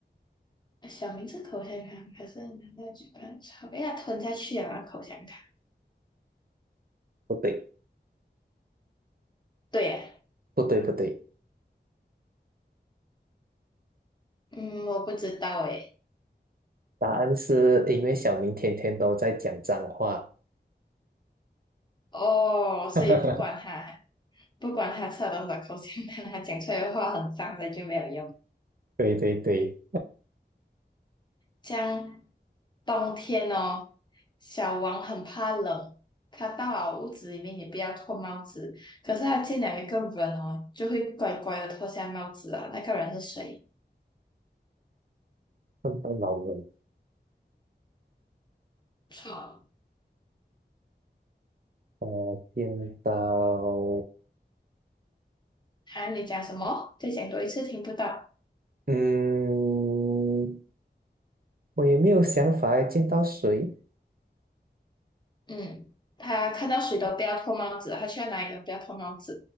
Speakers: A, on the left; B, on the right.
A: 小明是口香糖，可是拿在嘴巴抽，哎呀，吞下去啊，口香糖。
B: 不对，
A: 对呀、
B: 不对，不对，
A: 嗯，我不知道诶。
B: 答案是因为小明天天都在讲脏话。
A: 哦，所以不管他
B: <laughs>
A: 不管他吃了多少口香糖，他讲出来的话很脏的就没有用。
B: 对对对，
A: 像冬天哦，小王很怕冷，他到了屋子里面也不要脱帽子，可是他见了一个人哦，就会乖乖的脱下帽子啊。那个人是谁？
B: 看到老人，
A: 错，
B: 呃，见到，
A: 啊，你讲什么？再讲多一次，听不到。
B: 嗯，我也没有想法诶见到谁？
A: 嗯，他看到谁都不要脱帽子，他去到哪里都不要脱帽子。